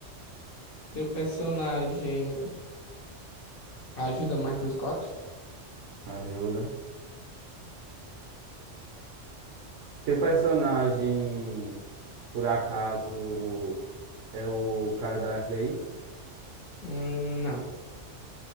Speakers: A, on the left; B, on the right.
A: Teu personagem ajuda Michael Scott?
B: Ajuda. Teu personagem, por acaso, é o cara da FBI?
A: Hum, não.